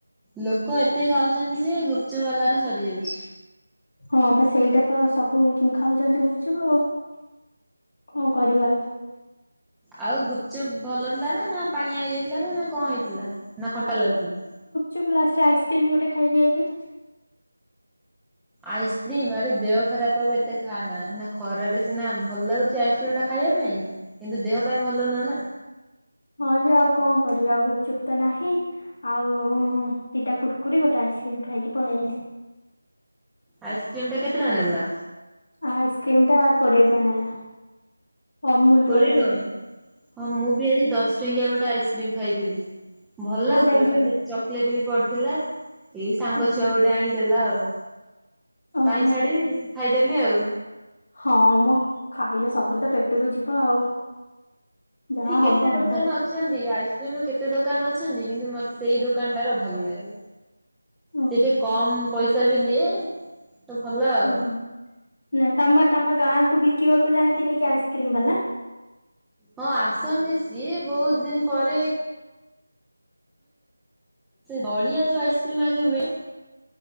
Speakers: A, in the centre; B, on the left.
A: ଲୋକ ଏତେ ଖାଉଛନ୍ତି ଯେ ଗୁପଚୁପ ବାଲାର ସରିଯାଉଛି।
B: ହଁ ବା ସେଇଟା ତ ସବୁ ଖାଉଛନ୍ତି ଗୁପଚୁପୁ ଆଉ କଣ କରିବା ଆଉ।
A: ଆଉ ଗୁପଚୁପ୍ ଭଲ ଥିଲା ନା ନା ପାଣିଆ ହେଇଯାଇଥିଲା ନା ନା କଣ ହେଇଥିଲା ନା ଖଟା ଲାଗୁଥିଲା?
B: ଚୁପ ଲଷ୍ଟେ ରେ ଆଇସ୍କ୍ରିମ ଗୋଟେ ଖାଇକି ଆଇଲି।
A: ଆଇସ୍କ୍ରିମ୍ ଆରେ ଦେହ ଖରାପ ହେବ ଏତେ ଖା ନା ସିନା ଖରାରେ ସିନା ଭଲ ଲାଗୁଛି ଆଇସ୍କ୍ରିମ୍ ଟା ଖାଇବା ପାଇଁ। କିନ୍ତୁ ଦେହ ପାଇଁ ଭଲ ନୁହେଁ ନା।
B: ହଁ ଯେ ଆଉ କଣ କରିବା ଆଉ ଗୁପଚୁପ୍ ତ ନାହିଁ ଆଉ ଦିଟା କୁରୁକୁରି ଗୋଟେ ଆଇସ୍କ୍ରିମ ଖାଇକି ପଳେଇଆଇଲି।
A: ଆଇସ୍କ୍ରିମ ଟା କେତେ ଟଙ୍କା ନେଲା?
B: ଆଇସ୍କ୍ରିମ୍ ଟା କୋଡ଼ିଏ ଟଙ୍କା ନେଲା। ଅମୁଲ୍
A: କୋଡିଏ
B: ର ଖାଇଲି
A: ଟଙ୍କା ହଁ ମୁଁ ବି ଆଜି ଦଶ ଦସଟଙ୍କିଆ ଗୋଟେ ଆଇସ୍କ୍ରିମ ଖାଇଦେଲି ଭଲ
B: କୋଉଟା
A: ଲାଗୁଥିଲା
B: ଏଇ ଯୋଉ
A: ତା ଦେହରେ ଚକୋଲେଟ ବି ପଡିଥିଲା। ଏଇ ସାଙ୍ଗ
B: ଓହୋ
A: ଛୁଆ ଗୋଟେ ଆଣିକି ଦେଲା ଆଉ
B: ଓହୋ
A: କାଇଁ ଛାଡିବି ଖାଇଦେଲି ଆଉ
B: ହଁମ୍ ଖାଇଲେ ସବୁ ତ ପେଟକୁ ଯିବ ଆଉ ଯାହା
A: ଏଠି
B: ହବ
A: କେତେ
B: ହବ
A: ଦୋକାନ ଅଛନ୍ତି ଆଇସ୍କ୍ରିମର କେତେ ଦୋକାନ ଅଛନ୍ତି, କିନ୍ତୁ ମୋର ସେଇ ଦୋକା ଦୋକାନଟାର ଭଲ ଲାଗେ,
B: ଓହୋ।
A: ସେ ଟିକେ କମ ପଇସା ବି ନିଏ। ତ ଭଲ ଆଉ।
B: ହଁ ନା ତମ ତମ ଗାଁକୁ ବିକିବାକୁ ଯାଆନ୍ତିନି କି ଆଇସ୍କ୍ରିମବାଲା?
A: ହଁ ଆସନ୍ତି ସିଏ ବହୁତ୍ ଦିନି ପରେ ନଡ଼ିଆ ଆଉ ଆଇସ୍କ୍ରିମ ଆଗେ ମିଳେ